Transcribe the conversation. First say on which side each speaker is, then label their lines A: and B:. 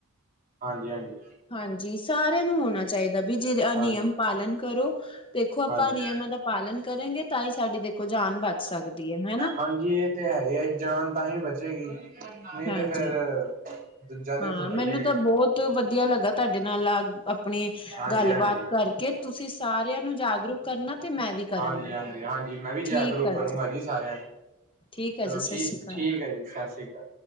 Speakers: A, on the right; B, on the left.
A: ਹਾਂਜੀ- ਹਾਂਜੀ।
B: ਹਾਂਜੀ ਸਾਰਿਆਂ ਨੂੰ ਹੋਣਾ ਚਾਹੀਦਾ, ਵੀ ਜਿਹੜੇ ਅ
A: ਹਾਂਜੀ
B: ਨਿਯਮ ਪਾਲਣ ਕਰੋ। ਦੇਖੋ ਆਪਾਂ
A: ਹਾਂਜੀ
B: ਜੇ ਨਿਯਮਾਂ ਦਾ ਪਾਲਣ ਕਰੇਗੇ, ਤਾਂ ਈ ਸਾਡੀ ਦੇਖੋ ਜਾਨ ਬਚ ਸਕਦੀ ਹੈ ਹਨਾ।
A: ਹਾਂਜੀ। ਜੀ ਏ- ਤੇ -ਹੈ -ਈ, ਆ ਜਾਨ ਤਾਂ ਹੀ ਬਚੇਗੀ ਨਹੀਂ
B: ਹਾਂਜੀ
A: ਤੇ ਫੇਰ ਦੂਜਾ ਤੇ
B: ਹਾਂ
A: ਹੁੰਦਾ
B: ਮੈਨੂੰ
A: ਹੀ ਹੈ ਜੀ
B: ਤਾਂ ਬਹੁਤ ਵਧੀਆ ਲੱਗਾ, ਤੁਹਾਡੇ ਨਾਲ ਅ ਆਪਣੀ
A: ਹਾਂਜੀ
B: ਗੱਲਬਾਤ
A: ਹਾਂਜੀ
B: ਕਰਕੇ। ਕੇ ਤੁਸੀਂ ਸਾਰਿਆਂ ਨੂੰ ਜਾਗਰੂਕ ਕਰਨਾ ਤੇ ਮੈਂ ਵੀ, ਕਰਾਂਗੀ
A: ਹਾਂਜੀ -ਹਾਂਜੀ- ਹਾਂਜੀ ਮੈਂ ਵੀ ਜਾਗਰੂਕ
B: ਠੀਕ ਆ
A: ਕਰੂੰਗਾ ਜੀ ਸਾਰਿਆਂ ਨੂੰ।
B: ਠੀਕ ਆ
A: ਚਲੋ
B: ਜੀ
A: ਠੀਕ-
B: ਸਤਿ ਸ਼੍ਰੀ ਅਕਾਲ।
A: ਠੀਕ ਹੈ ਜੀ ਸਤਿ ਸ਼੍ਰੀ ਅਕਾਲ।